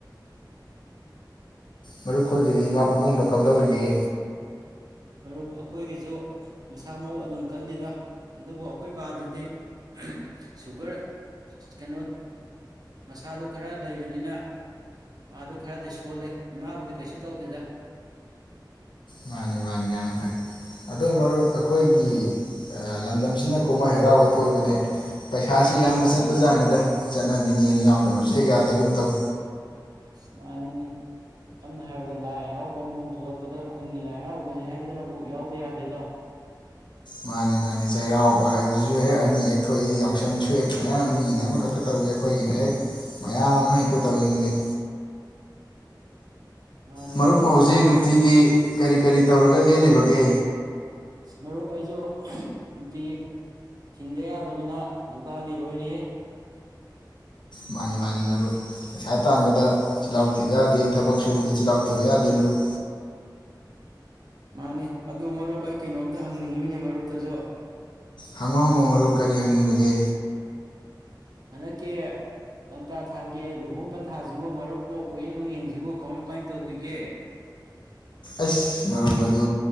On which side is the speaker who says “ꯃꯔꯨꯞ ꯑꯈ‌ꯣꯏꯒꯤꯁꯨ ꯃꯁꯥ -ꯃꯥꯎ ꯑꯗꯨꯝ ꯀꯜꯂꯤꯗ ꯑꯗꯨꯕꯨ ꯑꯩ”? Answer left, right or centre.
Right